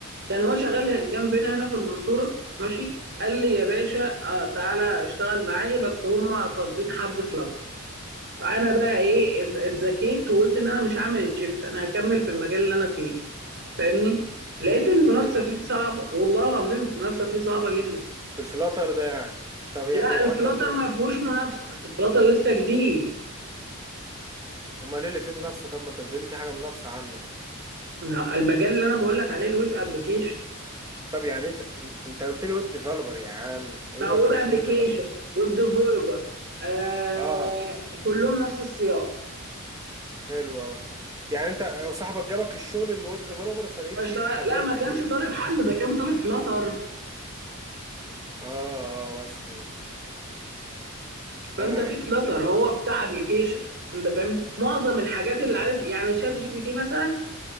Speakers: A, on the right; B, on the right.
A: كان هو شغال جنبنا هنا في المنصورة ماشي قال لي يا باشا آه تعالى اشتغل معايا بس هم طالبين حد فلاتر انا بقى ايه ات- اتذكيت وقلت ان انا مش هعمل شيفت انا هكمل في المجال اللي انا فيه فاهمني لقيت المنافسه
B: امم
A: فيه صعبه والله العظيم المنافسه فيه صعبه جدا
B: في الفلاتر ده يعني طب يعني
A: لا
B: هو
A: الفلاتر
B: انت بتبقى
A: ما فيهوش منافسه الفلاتر لسه جديد
B: امال ايه اللي فيه منافسة طب ما انت بتقولي في حاجة منافسة عندك.
A: لا، المجال اللي انا بقول لك عليه الويب ابلكيشن
B: طب يعني انت انت قلت لي ويب ديفلوبر يا عم ويب
A: ما هو
B: ابلكيشن
A: ويب ابلكيشن
B: ايه دلوقتي
A: ويب ديفلوبر آه
B: اه
A: كلهم نفس السياق
B: حلو اه يعني انت وصاحبك جابك الشغل اللي ويب ديفلوبر فلقيت
A: اشتغل
B: فيه تحديات
A: لا ما
B: كتير
A: كانش طالب حد ده كان طالب فلاتر
B: اه اه بس فهمت تمام
A: فانت في فلاتر هو بتاع ابلكيشن انت فاهم معظم الحاجات اللي عادت يعني شات جي بي تي مثلا